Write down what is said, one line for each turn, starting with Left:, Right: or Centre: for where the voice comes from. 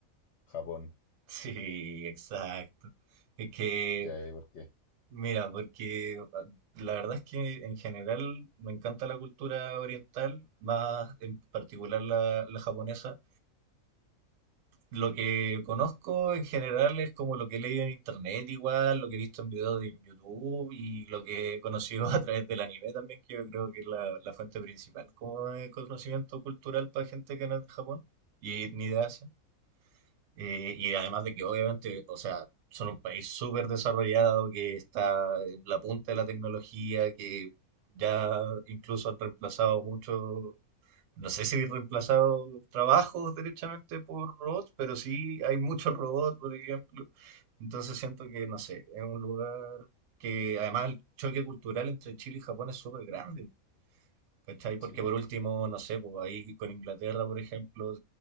Left: Japón,
Right: Sí, exacto. Es que
Left: ya, ¿por qué?
Right: Mira, porque ah, la verdad es que en general me encanta la cultura oriental, más en particular la, la japonesa. Lo que conozco en general es como lo que he leído en internet igual, lo que he visto en videos de YouTube y lo que he conocido <laughs> a través del anime también, que yo creo que es la, la fuente principal como de conocimiento cultural para gente que no es de Japón y ni de Asia. Eh, y además de que obviamente, o sea, son un país súper desarrollado, que está en la punta de la tecnología, que ya incluso han reemplazado mucho, no sé si han reemplazado trabajos derechamente por robots, pero sí hay muchos robots, por ejemplo. Entonces siento que, no sé, es un lugar que además el choque cultural entre Chile y Japón es súper grande. ¿Cachai?
Left: Sí.
Right: Porque por último, no sé, pues ahí con Inglaterra, por ejemplo,